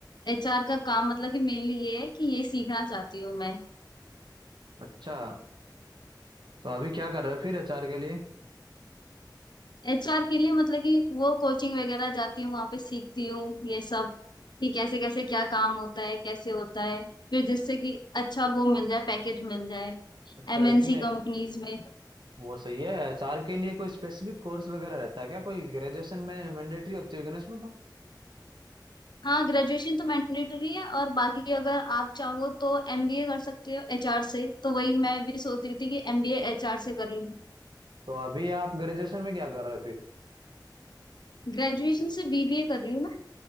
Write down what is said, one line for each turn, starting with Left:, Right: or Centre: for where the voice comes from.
Left: एचआर का काम मतलब कि मेनली ये है कि ये सीखना चाहती हूँ मैं
Right: अच्छा तो अभी क्या कर रहे हो फिर एचआर के लिए
Left: एचआर के लिए मतलब कि वो कोचिंग वगैरह जाती हूँ वहां पे सीखती हूँ ये सब कि कैसे कैसे क्या काम होता है कैसे होता है फिर जिससे कि अच्छा वो मिल जाए पैकेज मिल जाए
Right: अच्छा
Left: एमएनसी
Right: इसमें
Left: कंपनीज में
Right: वो सही है एचआर के लिए कोई स्पेसिफिक कोर्स वगैरह रहता है क्या कोई ग्रेजुएशन में मैंडेटरी होती होगी ना इसमें तो
Left: हाँ ग्रेजुएशन तो मैंडेटरी है और बाकी अगर आप चाहो तो एमबीए कर सकते हो एचआर से तो वही मैं भी सोच रही थी कि एमबीए एचआर से कर लूँ
Right: तो अभी आप ग्रेजुएशन में क्या कर रहे हो फिर
Left: ग्रेजुएशन से बीबीए कर रही हूँ मैं